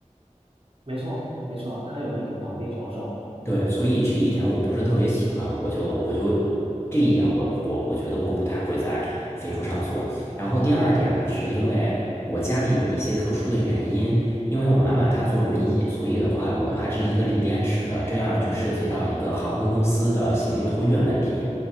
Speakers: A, on the right; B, on the left.
A: <laughs> 没错没错，它有那个绑定销售，
B: 对，所以这一点我不是特别喜欢，我就我就我这一点我我我觉得我不太会在飞猪上做。然后第二点呢，是因为我家里有一些特殊的原因，因为我妈妈她坐轮椅，所以的话我们还是一个锂电池的，这样就涉及到一个航空公司的行李托运问题。